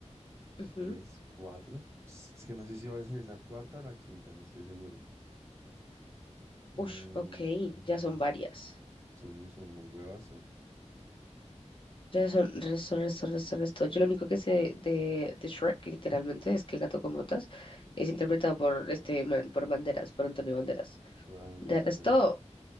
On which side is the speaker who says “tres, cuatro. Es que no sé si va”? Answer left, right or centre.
Right